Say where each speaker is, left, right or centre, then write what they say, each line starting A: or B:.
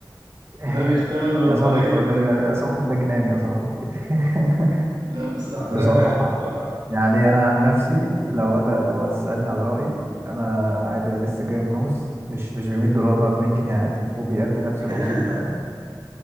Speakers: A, on the right (about 30°); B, on the right (about 75°).
A: <laughs>
B: ده بيشتغل ببطارية
A: يا صاحبي هو ده يا صاحبي ده جنان يا صاحبي <laughs>
B: لا بس لا
A: بصراحة
B: أنا أنا بصراحة
A: يعني انا عن نفسي لو انا لو هتسالني على رايي انا عادي انا لسه جايب ماوس مش مش ب 100 دولار بقى ب 100 جنيه عادي وبيأدي نفس
B: <laughs>
A: الوظيفه يعني